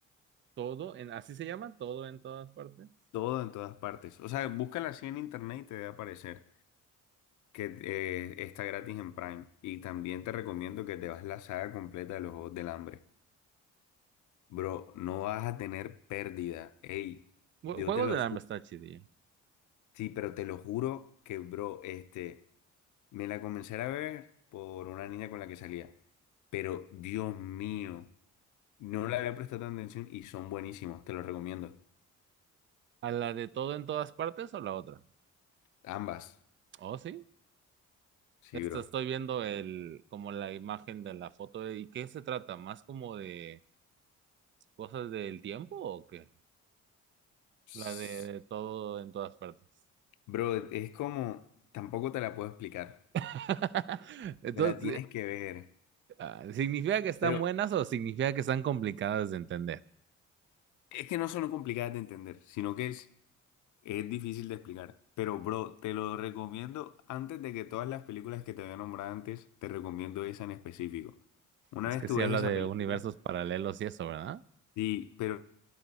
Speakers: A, on the right (about 40°); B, on the left (about 75°).
A: Todo, en, así se llama, todo en todas partes.
B: Todo en todas partes. O sea, búscala así en internet y te debe aparecer que eh, está gratis en Prime. Y también te recomiendo que te vas la saga completa de los Juegos del Hambre. Bro, no vas a tener pérdida. Ey,
A: Jue-
B: yo
A: Juegos
B: te lo,
A: del Hambre está chidilla.
B: Sí, pero te lo juro que, bro, este, me la comencé a ver por una niña con la que salía. Pero, Dios mío, no le había prestado tanta atención y son buenísimos, te los recomiendo.
A: ¿A la de todo en todas partes o la otra?
B: Ambas.
A: Oh, sí.
B: Sí,
A: Esta
B: bro.
A: estoy viendo el, como la imagen de la foto. de ¿Y qué se trata? ¿Más como de cosas del tiempo o qué?
B: Psst.
A: La de todo en todas partes.
B: Bro, es como, tampoco te la puedo explicar.
A: <laughs> Entonces,
B: Te la tienes que ver.
A: Ah, ¿Significa que están
B: Pero
A: buenas o significa que están complicadas de entender?
B: es que no son complicadas de entender, sino que es, Es difícil de explicar, pero bro, te lo recomiendo antes de que todas las películas que te había nombrado antes, te recomiendo esa en específico. Una
A: Es
B: vez
A: que
B: tú
A: si
B: ves
A: habla
B: esa
A: de
B: película,
A: universos paralelos y eso, ¿verdad?
B: sí, pero